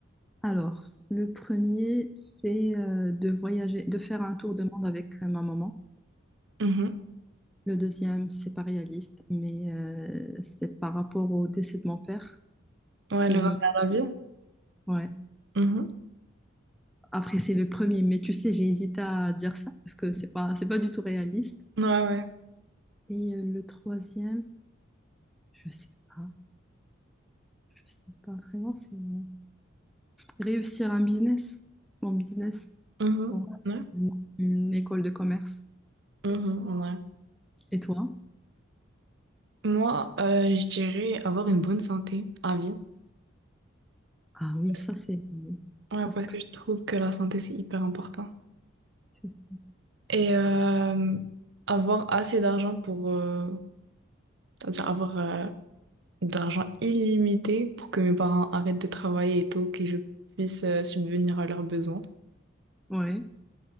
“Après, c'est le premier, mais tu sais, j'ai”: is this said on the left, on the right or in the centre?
Centre